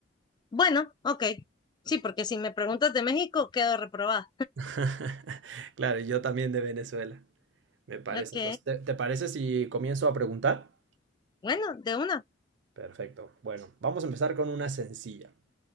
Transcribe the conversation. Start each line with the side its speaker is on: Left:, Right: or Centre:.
Left: Bueno, ok. Sí, porque si me preguntas de México, quedo reprobada.
Right: <laughs> Claro, y yo también de Venezuela. Me parece.
Left: Ok.
Right: Entonces, ¿te, te parece si comienzo a preguntar?
Left: Bueno, de una.
Right: Perfecto. Bueno, vamos a empezar con una sencilla.